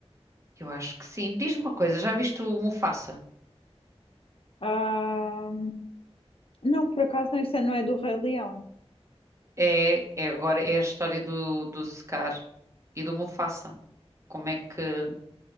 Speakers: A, on the right; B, on the left.
A: Eu acho que sim. Diz-me uma coisa, já viste o Mufasa?
B: Ah, não, por acaso não, isso não é do Rei Leão.
A: É, é agora é a história do, do Scar e do Mufasa. Como é que,